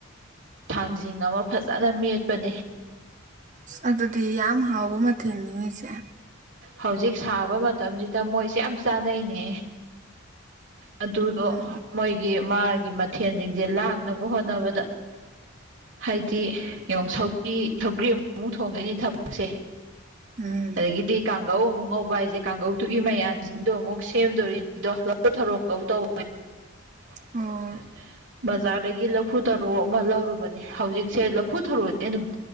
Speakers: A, on the right (about 60°); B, on the right (about 35°).
A: ꯊꯥꯡꯖꯤꯡ ꯑꯃ ꯐꯖꯅ ꯃꯦꯠꯄꯅꯤ
B: ꯑ ꯑꯗꯨꯗꯤ ꯌꯥꯝ ꯍꯥꯎꯕ ꯃꯊꯦꯜꯅꯤꯅꯦ ꯏꯆꯦ
A: ꯍꯧꯖꯤꯛ ꯁꯥꯕ ꯃꯇꯝꯁꯤꯗ ꯃꯣꯏꯁꯦ ꯌꯥꯝ ꯆꯥꯅꯩꯅꯦ ꯑꯗꯨꯗꯣ
B: ꯎꯝ
A: ꯃꯣꯏꯒꯤ ꯃꯥꯒꯤ ꯃꯊꯦꯜꯁꯤꯡꯁꯦ ꯂꯥꯡꯅꯕ ꯍꯣꯠꯅꯕꯗ ꯍꯥꯏꯗꯤ ꯌꯦꯡ ꯁꯔꯤ ꯁꯧꯒ꯭ꯔꯤ ꯑꯃꯨꯛ ꯊꯣꯡꯗꯣꯏꯅꯤ ꯊꯕꯛꯁꯦ
B: ꯎꯝ
A: ꯑꯗꯒꯤꯗꯤ ꯀꯥꯡꯒꯧ ꯑꯃꯨꯛ ꯉꯧ <unintelligible> ꯀꯥꯡꯒꯧꯗꯨꯒꯤ ꯃꯌꯥꯟꯁꯤꯡꯗꯣ ꯑꯃꯨꯛ ꯁꯦꯝꯗꯣꯔꯤꯅꯤꯗꯣ ꯂꯥꯐꯨ ꯊꯔꯣ ꯉꯧꯇꯧ <inaudible>
B: ꯑꯣ
A: ꯕꯖꯥꯔꯗꯒꯤ ꯂꯐꯨ ꯊꯔꯣ ꯑꯃ ꯂꯧꯔꯨꯕꯅꯤ ꯍꯧꯖꯤꯛꯁꯦ ꯂꯐꯨ ꯊꯔꯣꯗꯤ ꯑꯗꯨꯝ